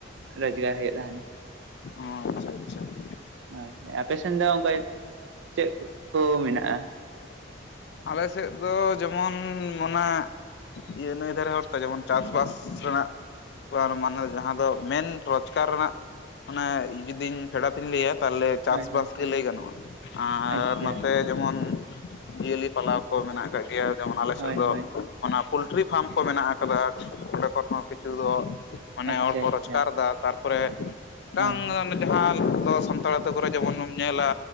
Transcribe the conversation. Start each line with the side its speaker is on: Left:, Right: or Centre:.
Right: ᱨᱚᱡᱽᱜᱟᱨ ᱦᱩᱭᱩᱜ ᱛᱟᱦᱮᱱᱟ ᱾
Left: ᱦᱚᱭ ᱟᱪᱪᱷᱟ ᱟᱪᱪᱷᱟ ᱾
Right: ᱦᱳᱭ ᱦᱳᱭ ᱾ ᱟᱯᱮ ᱥᱮᱱ ᱫᱚ ᱚᱱᱠᱟ ᱪᱮᱫ ᱠᱚ ᱢᱮᱱᱟᱜᱼᱟ?
Left: ᱟᱞᱮ ᱥᱮᱫ ᱫᱚ ᱡᱮᱢᱚᱱ ᱚᱱᱟ ᱤᱭᱟᱹ ᱱᱟᱹᱭ ᱫᱷᱟᱨᱮ ᱦᱚᱲ ᱛᱚ ᱡᱮᱢᱚᱱ ᱪᱟᱥ ᱵᱟᱥ ᱨᱮᱱᱟᱜ ᱾ ᱢᱟᱱᱮ ᱡᱟᱦᱟᱸ ᱫᱚ ᱢᱮᱱ ᱨᱚᱡᱽᱜᱟᱨ ᱨᱮᱱᱟᱜ ᱟᱱᱮ ᱡᱩᱫᱤᱧ ᱯᱷᱮᱰᱟᱛ ᱤᱧ ᱞᱟᱹᱭᱟ ᱾ ᱛᱟᱦᱚᱞᱮ ᱪᱟᱥ
Right: ᱦᱳᱭ ᱦᱳᱭ
Left: ᱵᱟᱥ ᱜᱮ ᱞᱟᱹᱭ ᱜᱟᱱᱚᱜᱼᱟ ᱾ ᱟᱨ
Right: ᱟᱪᱪᱷᱟ
Left: ᱱᱚᱛᱮ ᱡᱮᱢᱚᱱ ᱡᱤᱭᱟᱹᱞᱤ ᱯᱟᱞᱟᱣ ᱠᱚ ᱢᱮᱱᱟᱜ ᱟᱠᱟᱫ ᱜᱮᱭᱟ, ᱡᱮᱢᱚᱱ ᱟᱞᱮ ᱥᱮᱫ
Right: ᱦᱳᱭ
Left: ᱫᱚ,
Right: ᱦᱳᱭ
Left: ᱚᱱᱟ ᱯᱳᱞᱴᱨᱤ ᱯᱷᱟᱨᱢ ᱠᱚ ᱢᱮᱱᱟᱜ ᱟᱠᱟᱫᱟ ᱾ ᱠᱚᱱᱳ ᱠᱤᱪᱷᱩ ᱫᱚ ᱢᱟᱱᱮ
Right: ᱟᱪᱪᱷᱟ
Left: ᱦᱚᱲ ᱠᱚ
Right: ᱟᱪᱪᱷᱟ
Left: ᱨᱳᱡᱽᱜᱟᱨ ᱫᱟ, ᱛᱟᱨᱯᱚᱨᱮ ᱵᱟᱝ
Right: ᱦᱳᱭ
Left: ᱡᱟᱦᱟᱸ ᱫᱚ ᱥᱟᱱᱛᱟᱲ ᱟᱹᱛᱩ ᱠᱚᱨᱮ ᱡᱮᱢᱚᱱ ᱵᱚᱱ ᱧᱮᱞᱟ